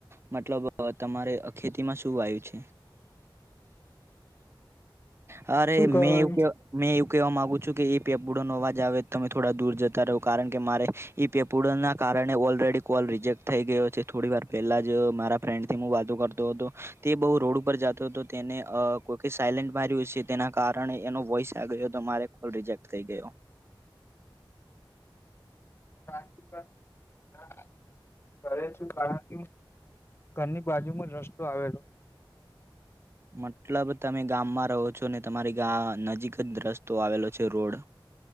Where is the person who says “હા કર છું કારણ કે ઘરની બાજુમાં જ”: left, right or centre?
Left